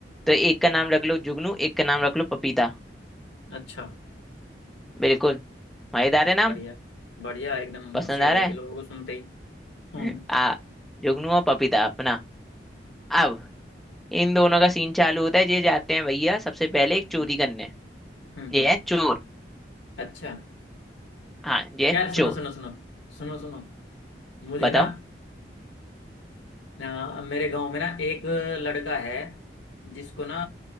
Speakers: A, in the centre; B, on the left.
A: तो एक का नाम रख लो जुगनू एक का नाम रख लो पपीता
B: अच्छा
A: बिल्कुल मजेदार है
B: बढ़िया
A: नाम
B: बढ़िया एकदम
A: पसंद
B: हंसी
A: आ
B: आ जाएगी
A: रहा
B: लोगों को सुनते ही हम्म
A: है <laughs> आ जुगनू और पपीता अपना अब इन दोनों का सीन चालू होता है ये जाते हैं भैया सबसे पहले एक चोरी
B: हम्म
A: करने
B: हम्म
A: ये
B: हम्म,
A: है चोर
B: अच्छा
A: हाँ ये
B: यार
A: चोर
B: सुनो सुनो सुनो सुनो सुनो मुझे
A: बताओ
B: ना अ, मेरे गांव में ना एक लड़का है जिसको ना